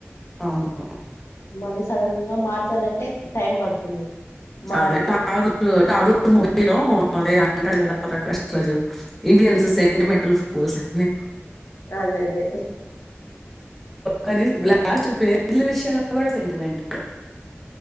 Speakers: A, in the centre; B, on the left.
A: అవును
B: మళ్ళీ సడన్ గా మార్చాలంటే టైం పడుతుంది మరి
A: అదే <unintelligible> <inaudible> <unintelligible> అంటాడు కదా ప్రకాష్ రాజు, ఇండియన్స్ సెంటిమెంటల్ ఫు. పోసాన్ని.
B: అదే అదే.
A: కనీస్ అది లాస్ట్ పేపర్ల విషయంలో. కూడా సెంటిమెంట్